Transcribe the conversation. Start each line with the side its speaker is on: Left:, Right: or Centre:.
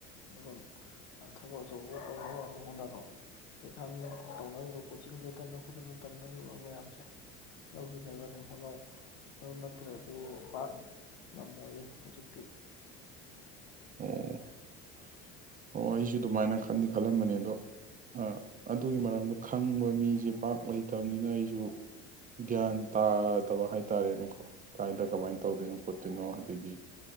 Left: ꯑꯗꯨꯝ ꯑ ꯊꯕꯛ ꯑꯆꯧꯕ ꯇꯧꯅꯕ ꯑꯗꯨ ꯍꯣꯠꯅꯔꯣ ꯄꯩꯁꯥ ꯃꯤ ꯇꯧꯅꯔꯤꯕꯣ ꯌꯦꯠꯇꯅ ꯍꯣꯠꯅꯔꯦꯕꯥ ꯇꯝꯅꯔꯤꯕ ꯃꯌꯥꯝꯁꯦ ꯌꯧꯁꯤꯜꯂꯒ ꯑꯗꯨꯝ ꯍꯣꯠꯅꯧ ꯑꯗꯨ ꯅꯠꯇ꯭ꯔꯗꯤ ꯚꯥꯛ ꯉꯝꯃꯣꯏ ꯍꯧꯖꯤꯛ <inaudible>
Right: <inaudible> ꯑꯣ ꯑꯣ ꯑꯩꯁꯨ ꯑꯗꯨꯃꯥꯏꯅ ꯈꯟꯗꯤ ꯈꯜꯝꯕꯅꯤ ꯑꯗꯣ ꯑꯥ ꯑꯗꯨꯒꯤ ꯃꯔꯝꯗ ꯈꯪꯕ ꯃꯤꯁꯤ ꯄꯥꯛ ꯂꯩꯇꯕꯅꯤꯅ ꯑꯩꯁꯨ ꯒ꯭ꯌꯥꯟ ꯇꯥꯗꯕ ꯍꯥꯏꯇꯥꯔꯦꯅꯦꯀꯣ ꯀꯥꯏꯗ ꯀꯃꯥꯏꯅ ꯇꯧꯗꯣꯏꯅꯣ ꯈꯣꯠꯇꯣꯏꯅꯣ ꯑꯗꯒꯤ